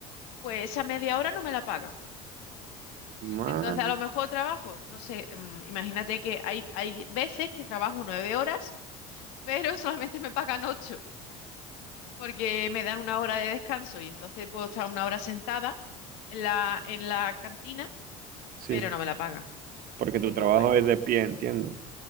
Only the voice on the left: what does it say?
pues esa media hora no me la pagan.
Entonces, a lo mejor trabajo, no sé, mm, imagínate que hay, hay veces que trabajo nueve horas, pero <laughs> solamente me pagan ocho, porque me dan una hora de descanso y entonces puedo estar una hora sentada en la, en la cantina,
pero no me la pagan.
Así
que,
pues bueno.